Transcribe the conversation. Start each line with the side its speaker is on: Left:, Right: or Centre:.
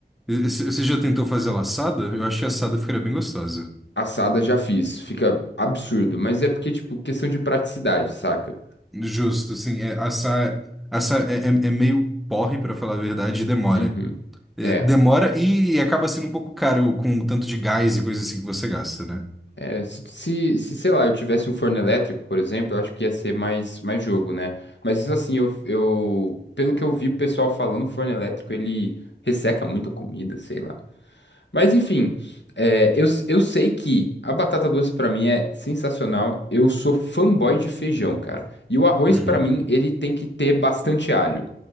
Centre: E- c- Você já tentou fazer ela assada? Eu achei assada ficaria bem gostosa.
Left: Assada já fiz. Fica absurdo. Mas é porque, tipo, questão de praticidade, saca?
Centre: Justo, sim. É, assar, assar é, é, é meio porre, pra falar a verdade, e demora.
Left: Uhum.
Centre: É,
Left: É.
Centre: demora e acaba sendo um pouco caro com o tanto de gás e coisa assim que você gasta, né?
Left: É, se, se, se, sei lá, eu tivesse um forno elétrico, por exemplo, eu acho que ia ser mais, mais jogo, né? Mas isso assim, eu, eu, pelo que eu vi o pessoal falando, o forno elétrico ele resseca muito a comida, sei lá. Mas enfim, é, eu, eu sei que a batata doce pra mim é sensacional. Eu sou fanboy de feijão, cara. E o arroz
Centre: Uhum,
Left: pra mim, ele tem que ter bastante alho,